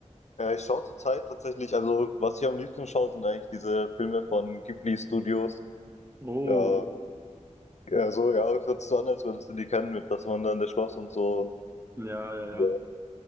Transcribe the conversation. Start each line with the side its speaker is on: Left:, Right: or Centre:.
Left: ja, ich schaue zurzeit tatsächlich, also was ich am liebsten schaue, sind eigentlich diese Filme von Ghibli Studios.
Right: Oh,
Left: Ja, ja so, ja, hört sich so an, als würdest du die kennen mit Das Wandernde Schloss und so.
Right: ja, ja, ja.
Left: Ja.